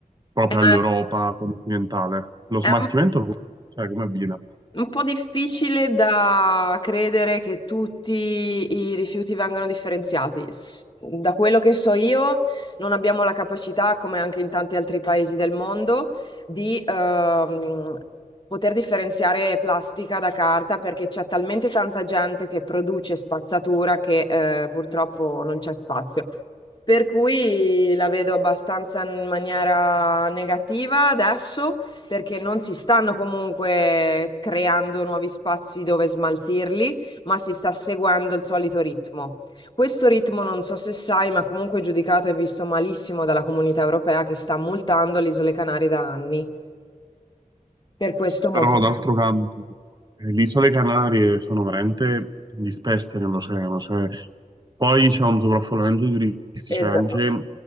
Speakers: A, on the right (about 30°); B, on the left (about 30°).
A: proprio
B: Eh,
A: all'Europa continentale, lo
B: è
A: smaltimento,
B: un
A: sai, come avviene?
B: Un po' difficile da credere che tutti i rifiuti vengano differenziati. S- Da quello che so io, non abbiamo la capacità, come anche in tanti altri paesi del mondo, di ehm, poter differenziare plastica da carta perché c'è talmente tanta gente che produce spazzatura che eh, purtroppo non c'è spazio. Per cui la vedo abbastanza in maniera negativa adesso perché non si stanno comunque creando nuovi spazi dove smaltirli, ma si sta seguendo il solito ritmo. Questo ritmo non so se sai, ma comunque è giudicato e visto malissimo dalla Comunità Europea che sta multando le Isole Canarie da anni per questo
A: Però
B: motivo.
A: d'altro canto, eh, le isole Canarie sono veramente disperse nell'oceano, cioè, poi c'è un sovraffollamento di turisti,
B: Esatto.
A: cioè anche